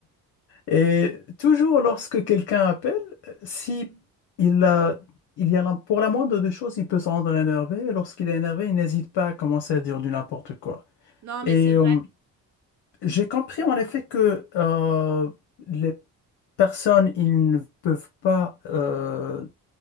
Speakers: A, on the left; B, on the right.
A: Et toujours lorsque quelqu'un appelle, si il a, il y a la- pour la moindre des choses, il peut se rendre énervé. Et lorsqu'il est énervé, il n'hésite pas à commencer à dire du n'importe quoi.
B: Non,
A: Et
B: mais c'est vrai.
A: euh, j'ai compris en effet que euh, les personnes, ils ne peuvent pas euh,